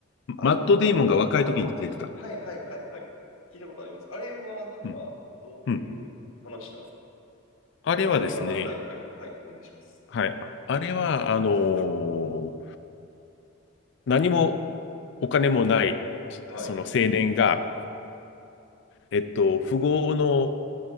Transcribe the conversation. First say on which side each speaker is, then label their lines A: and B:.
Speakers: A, on the left; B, on the left.
A: あれは、
B: マット・デイモンが若い時に出てた。
A: あ、マットデイモン。はいはいはいはい。聞いたことあります。あれはなんか、
B: うん。
A: どういう話なんですか
B: うん。あれはですね、
A: ネタバレがない範囲で、はい、お願いします。
B: はい。ああれは、あのー何もお金もない、しその青年が、
A: はい、
B: えっと、富豪の